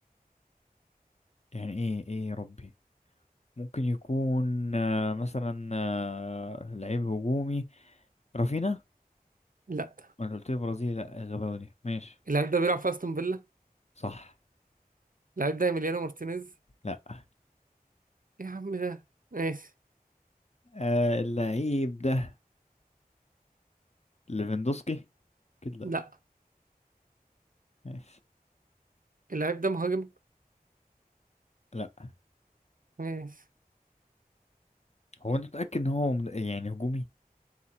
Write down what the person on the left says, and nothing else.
يعني ايه ايه يا ربي ممكن يكون آه، مثلا آه، لعيب هجومي رافينا
ما أنا قلت لي برازيلي لا غباوي دي ماشي
صح
لا
آه اللعيب ده ليفاندوسكي كده لا
ماشي
لا
هو انت متأكد ان هو مد- يعني هجومي